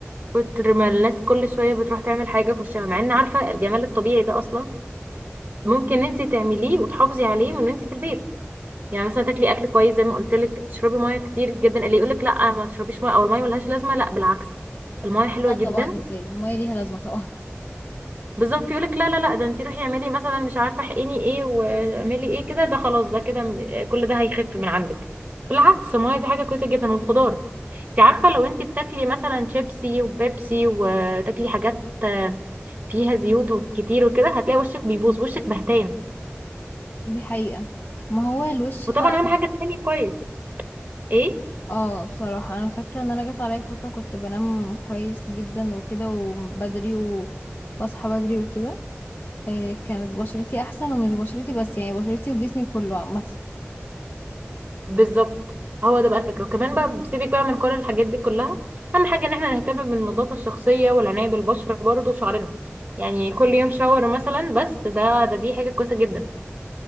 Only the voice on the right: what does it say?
كتر ما الناس كل شويه بتروح تعمل حاجه في وشها مع ان عارفه الجمال الطبيعي ده اصلا ممكن انت تعمليه وتحافظي عليه من وانت في البيت يعني مثلا تاكلي اكل كويس زي ما قلت لك تشربي ميه كتير جدا اللي يقولك لا ما تشربيش ميه او الميه ملهاش لازمه لا بالعكس الميه حلوه
جدا
بالظبط يقولك لا لا لا ده انتي روحي اعملي مثلا مش عارفه احقني ايه واعملي ايه كده ده خلاص ده كده م- كل ده هيخف من عندك بالعكس الميه دي حاجه كويسه جدا والخضار انت عارفه لو انتي بتاكلي مثلا شيبسي وبيبسي وتاكلي حاجات آه، فيها زيوت وكتير وكده هتلاقي وشك بيبوظ وشك بهتان
وطبعا
اهم حاجه تنامي كويس ايه
بالظبط هو ده بقى الفكرة وكمان بقى سيبك بقى من كل الحاجات دي كلها أهم حاجة إن احنا نهتم بالنظافة الشخصية والعناية بالبشرة برضه وشعرنا يعني كل يوم شاور مثلا بس ده ده دي حاجة كويسة جدا